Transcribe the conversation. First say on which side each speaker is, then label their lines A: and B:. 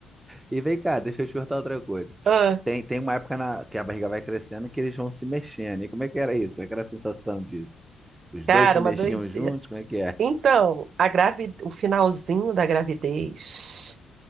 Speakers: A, on the right; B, on the right.
A: E vem cá, deixa eu te perguntar outra coisa.
B: Ah,
A: Tem, tem uma época na, que a barriga vai crescendo que eles vão se mexendo. E como é que era isso? Como é que era a sensação disso? Os
B: cara,
A: dois se mexiam
B: uma doideira.
A: juntos? Como é que é?
B: Então, a gravi... o finalzinho da gravidez.